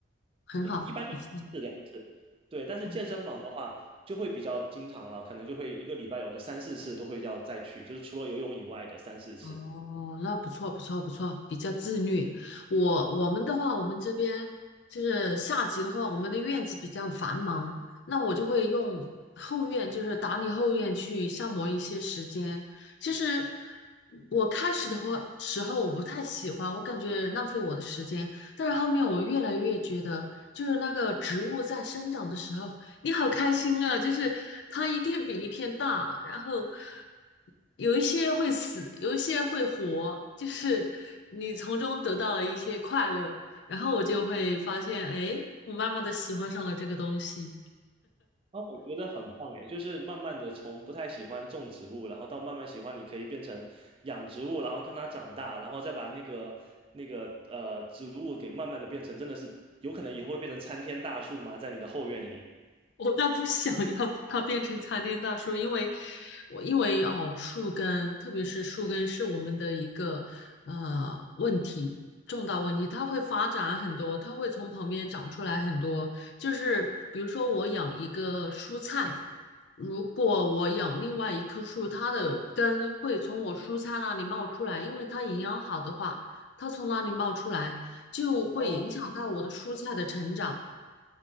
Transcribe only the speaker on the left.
很好，
不错，
嗯
哦，那不错，不错，不错，比较自律。我我们的话，我们这边就是夏季的话，我们的院子比较繁忙，那我就会用后院，就是打理后院去消磨一些时间。其实我开始的话时候我不太喜欢，我感觉浪费我的时间，但是后面我越来越觉得，就是那个植物在生长的时候，你好开心啊！就是它一天比一天大，然后有一些会死，有一些会活，就是你从中得到了一些快乐，然后我就会发现，哎，我慢慢的喜欢上了这个东西。
我倒不想要它变成参天大树，因为我因为哦，树根，特别是树根是我们的一个呃问题，重大问题，它会发展很多，它会从旁边长出来很多。就是比如说我养一个蔬菜，如果我养另外一棵树，它的根会从我蔬菜那里冒出来，因为它营养好的话，它从那里冒出来就会影响到我的蔬菜的成长。